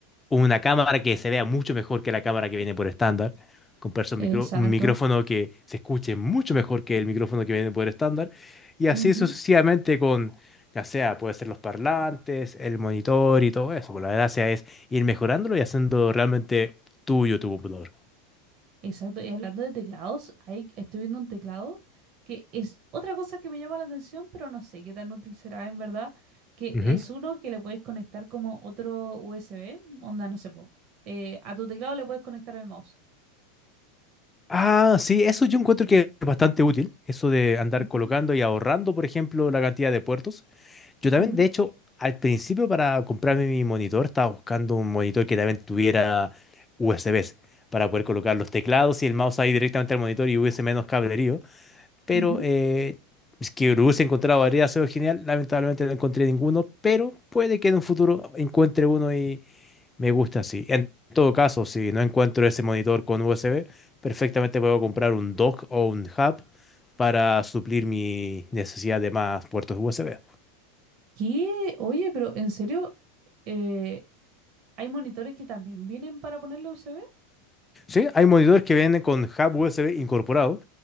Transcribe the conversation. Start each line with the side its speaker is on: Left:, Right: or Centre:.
Left: una cámara que se vea mucho mejor que la cámara que viene por estándar, comprarse un,
Right: Exacto.
Left: micro- un micrófono que se escuche mucho mejor que el micrófono que viene por estándar, y así
Right: Ujú.
Left: sucesivamente con, ya sea, puede ser los parlantes, el monitor y todo eso. Pues la gracia es ir mejorándolo y haciendo realmente tuyo tu computador.
Right: Exacto, y hablando de teclados, ahí estoy viendo un teclado que es otra cosa que me llama la atención, pero no sé qué tan útil será en verdad, que
Left: Ujú.
Right: es uno que le puedes conectar como otro USB, onda, no sé, po, eh, a tu teclado le puedes conectar el mouse.
Left: Ah, sí, eso yo encuentro que es bastante útil, eso de andar
Right: Ujú.
Left: colocando y ahorrando, por ejemplo, la cantidad de puertos. Yo también,
Right: Ujú,
Left: de hecho, al principio para comprarme mi monitor estaba buscando un monitor que también tuviera USBs para poder colocar los teclados y el mouse ahí directamente al monitor y hubiese menos cablerío. Pero
Right: ujú.
Left: eh, es que lo hubiese encontrado habría sido genial. Lamentablemente no encontré ninguno, pero puede que en un futuro encuentre uno y me gusta así. En todo caso, si no encuentro ese monitor con USB, perfectamente puedo comprar un dock o un hub para suplir mi necesidad de más puertos USB.
Right: ¿Qué? Oye, pero en serio, eh, ¿hay monitores que también vienen para ponerle USB?
Left: Sí, hay monitores que vienen con hub USB incorporado